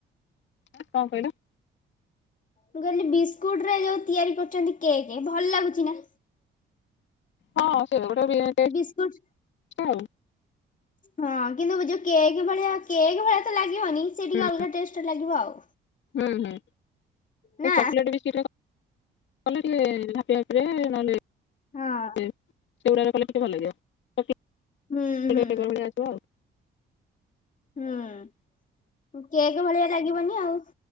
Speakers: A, on the left; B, on the left.
A: କଣ କହିଲ?
B: ମୁଁ କହିଲି ବିସ୍କୁଟରେ ଯୋଉ ତିଆରି କରୁଛନ୍ତି କେକ୍ ଭଲ ଲାଗୁଛି ନା?
A: ହଁ ସେ ଗୋଟେ ବି
B: ସ୍କୁଟ
A: ଟେଷ୍ଟ ଆଉ
B: ହଁ କିନ୍ତୁ ଯୋଉ କେକ୍ ଭଳିଆ କେକ୍ ଭଳିଆ ତ ଲାଗିବନି ସେ ଟିକେ
A: ହୁଁ
B: ଅଲଗା ଟେଷ୍ଟ ଲାଗିବ ଆଉ।
A: ହୁଁ ହୁଁ।
B: ନା
A: ଚକୋଲେଟ ବିସ୍କୁଟ ଟିକେ କଲେ <unintelligible> ନହେଲେ
B: ହଁ
A: ସେ ସେଗୁଡ଼ାରେ କଲେ ଟିକେ ଭଲ ଲାଗିବ <unintelligible>
B: ହୁଁ ହୁଁ
A: ଆସିବ ଆଉ।
B: ହୁଁ କେକ୍ ଭଳିଆ ଲାଗିବନି ଆଉ।